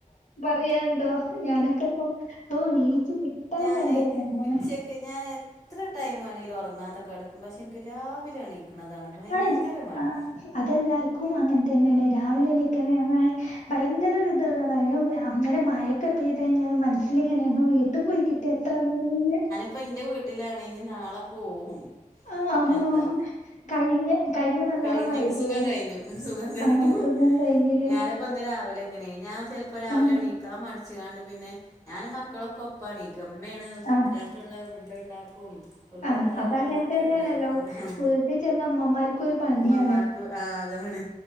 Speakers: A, on the left; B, on the left.
A: പറയണ്ടോ ഞാനൊക്കെ ഇപ്പം ഹു നീച്ച് കിട്ടാ
B: ഞാന്
A: ഭയങ്കര പണിയാണ്
B: ഉച്ചക്ക് ഞാന് ഇത്ര ടൈം വേണലും ഉറങ്ങാതെ കടക്കും പക്ഷെ എനിക്ക് രാവിലെ എണീക്ക്ണതാണ് ഭയങ്കര
A: ആഹ്
B: മടി
A: ആഹ് അതെല്ലാർക്കും അങ്ങനെ തന്നെണ് രാവിലെ എണിക്ക്ണ <unintelligible> ഭയങ്കര <unintelligible> അന്നേരം മഴക്കെ എത്തിഴിഞ്ഞാൽ മനസ്സില് ഇങ്ങനെ വീ ഇട്ട് പോയി കിട്യ എത്ര നന്നി നീന്ന്
B: ഇപ്പ ഇന്റെ വീട്ടിലാണ് ഇഞ്ഞ് നാളെ പോവും
A: ആഹ് ആണോ
B: എന്താ
A: കഴിഞ്ഞ കഴിഞ്ഞ നല്ലോണം
B: കഴിഞ്ഞു
A: മഴ പെയ്തില്ലേ
B: സുഖം കഴിഞ്ഞു സുഖം കഴിഞ്ഞു
A: ആഹ് സുഖം കഴിഞ്ഞില്ലേ
B: ഞാനിപ്പോ ഇന്ന് രാവിലെ ഇങ്ങനെ ഞാൻ ചെലപ്പോ രാവിലെ
A: ആഹ്
B: എണീക്കാ മടിച്ച് കാണ്ട് പിന്നെ ഞാനും മക്കളൊക്കെ ഒപ്പാണെ കിമേണ്
A: ആഹ്
B: കുട്ടിക്കുള്ള ഫുഡ്ണ്ടാക്കും ഓൽക്ക്
A: ആഹ്
B: കൊടുത്തേക്കാളത്
A: അതങ്ങനെ തന്നെയാണല്ലോ
B: ക്കണ്ടാകും ആഹ്
A: വീട്ടിൽ ചെന്ന അമ്മമാർക്കൊരു പണിയാണ്
B: ഇമ്മമാർക്ക് ആഹ് അതാണ്